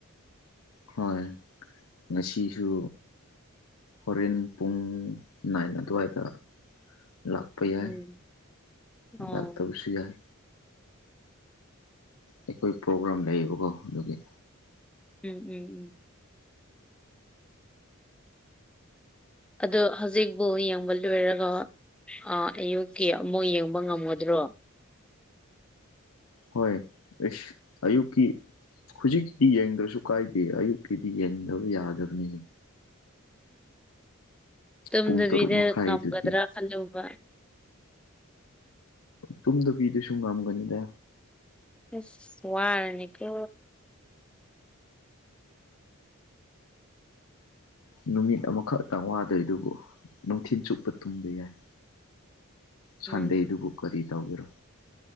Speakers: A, on the left; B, in the centre.
A: ꯍꯣꯏ ꯉꯁꯤꯁꯨ ꯍꯣꯔꯦꯟ ꯄꯨꯡ ꯅꯥꯏꯟ ꯑꯗꯨꯋꯥꯏꯗ ꯂꯥꯛ ꯂꯥꯛꯄ ꯌꯥꯏ
B: ꯎꯝ ꯑꯣ
A: ꯂꯥꯛꯇꯕꯁꯨ ꯌꯥꯏ ꯑꯩꯈꯣꯏ ꯄ꯭ꯔꯣꯒ꯭ꯔꯥꯝ ꯂꯩꯌꯦꯕꯀꯣ ꯑꯗꯨꯒꯤ
B: ꯎꯝ ꯎꯝ ꯎꯝ ꯑꯗꯣ ꯍꯧꯖꯤꯛꯕꯨ ꯌꯦꯡꯕ ꯂꯣꯏꯔꯒ ꯑꯥ ꯑꯌꯨꯛꯀꯤ ꯑꯃꯨꯛ ꯌꯦꯡꯕ ꯉꯝꯒꯗ꯭ꯔꯣ
A: ꯍꯣꯏ ꯑꯩꯁ ꯑꯌꯨꯛꯀꯤ ꯍꯧꯖꯤꯛꯀꯤꯗꯤ ꯌꯦꯡꯗ꯭ꯔꯁꯨ ꯀꯥꯏꯗꯦ ꯑꯌꯨꯛꯀꯤꯗꯤ ꯌꯦꯡꯗꯕ ꯌꯥꯗꯕꯅꯤꯅꯦ
B: ꯇꯨꯝꯗꯕꯤꯗ
A: ꯄꯨꯡ ꯇꯔꯨꯛ ꯃꯈꯥꯏꯗꯨꯗꯤ
B: ꯉꯝꯒꯗ꯭ꯔꯥ ꯈꯜꯂꯨꯕꯥ
A: ꯇꯨꯝꯗꯕꯤꯗꯁꯨ ꯉꯝꯒꯅꯤꯗꯥ
B: ꯑꯁ ꯋꯥꯔꯅꯤ ꯀꯣ
A: ꯅꯨꯃꯤꯠ ꯑꯃꯈꯛꯇꯪ ꯋꯥꯗꯣꯏꯗꯨꯕꯨ ꯅꯨꯡꯊꯤꯜ ꯆꯨꯞꯄ ꯇꯨꯡꯕ ꯌꯥꯏ ꯁꯥꯟꯗꯦꯗꯨꯕꯨ
B: ꯎꯝ
A: ꯀꯔꯤ ꯇꯧꯒꯦꯔꯣ